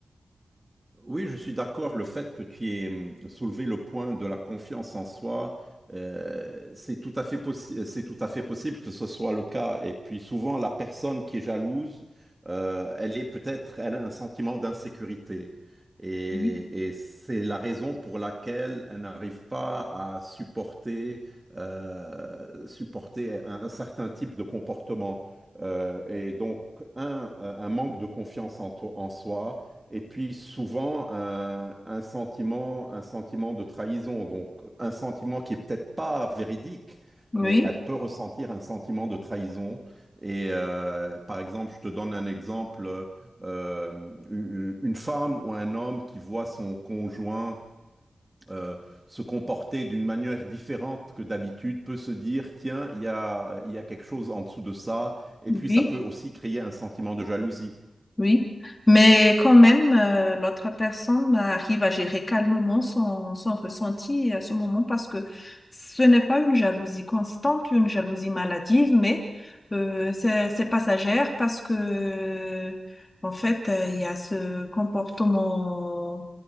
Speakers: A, on the right; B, on the left.
A: Oui, je suis d'accord. Le fait que tu aies hum, soulevé le point de la confiance en soi, euh, c'est tout à fait possi- c'est tout à fait possible que ce soit le cas. Et puis souvent, la personne qui est jalouse, euh, elle est peut-être, elle a un sentiment d'insécurité. Et,
B: Oui,
A: et c'est la raison pour laquelle elle n'arrive pas à supporter, euh, supporter un, un certain type de comportement. Euh, et donc, un, un manque de confiance en, toi- en soi. Et puis souvent un, un sentiment, un sentiment de trahison, donc un sentiment qui est peut-être pas véridique,
B: Oui,
A: mais elle peut ressentir un sentiment de trahison. Et euh, par exemple, je te donne un exemple, euh, une une femme ou un homme qui voit son conjoint euh, se comporter d'une manière différente que d'habitude peut se dire, tiens, il y a, il y a quelque chose en dessous de ça, et
B: oui.
A: puis ça peut aussi créer un sentiment de jalousie.
B: Oui, mais quand même, euh, l'autre personne arrive à gérer calmement son, son ressenti à ce moment parce que ce n'est pas une jalousie constante, une jalousie maladive, mais euh, c'est, c'est passagère parce que, en fait, euh, il y a ce comportement